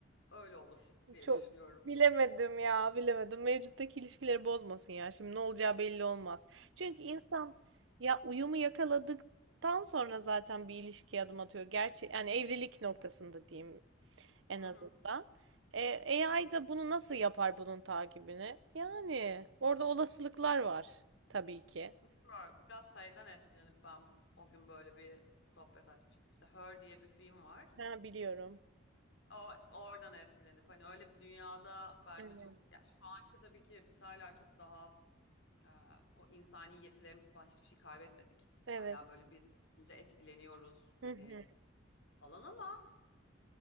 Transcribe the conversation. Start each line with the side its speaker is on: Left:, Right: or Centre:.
Left: öyle olur diye
Right: Çok
Left: düşünüyorum.
Right: bilemedim ya, bilemedim. Mevcuttaki ilişkileri bozmasın ya. Şimdi ne olacağı belli olmaz. Çünkü insan ya uyumu yakaladıktan sonra zaten bir ilişkiye adım atıyor. Gerçi yani evlilik noktasında diyeyim en
Left: Hı
Right: azından.
Left: hı,
Right: E,
Left: hı
Right: AI
Left: hı.
Right: da bunu nasıl yapar bunun takibini? Yani orada olasılıklar var tabii ki.
Left: Bilmiyorum, Biraz şeyden etkilenip ben o gün böyle bir sohbet açmıştım. İşte Her diye bir film var.
Right: Ha biliyorum.
Left: O, oradan etkilenip hani öyle bir dünyada bence
Right: Evet.
Left: çok yani şu anki tabii ki biz hala çok daha Ee, o insani yetilerimizi falan hiçbir şey kaybetmedik.
Right: Evet.
Left: Hala böyle bir olunca etkileniyoruz hani
Right: Hı hı.
Left: falan ama